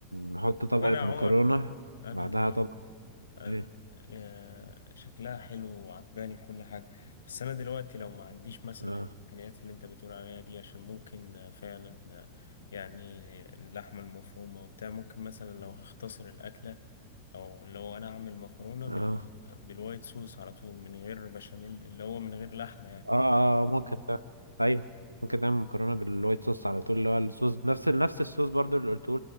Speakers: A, on the right; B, on the left.
A: نحط طبقة
B: طب انا يا عمر
A: مكرونة
B: انا
A: بعدها
B: زي
A: طبقة
B: ما
A: إيه
B: آه، شكلها حلو وعجباني كل حاجة بس أنا دلوقتي لو ما عنديش مثلا
A: اه
B: الإمكانيات اللي أنت بتقول عليها دي عشان ممكن آه، فعلا آه، يعني اللحمة المفرومة وبتاع ممكن مثلا لو هختصر الأكلة أو لو أنا أعمل مكرونة بال...
A: اه
B: بالوايت صوص على طول من غير بشاميل اللي هو من غير لحمة يعني
A: اه آه، ممكن ده أيوه ممكن تعمل مكرونة بالوايت صوص على طول اللي هو الصوص نفس نفس الصوص برضو اللي قلته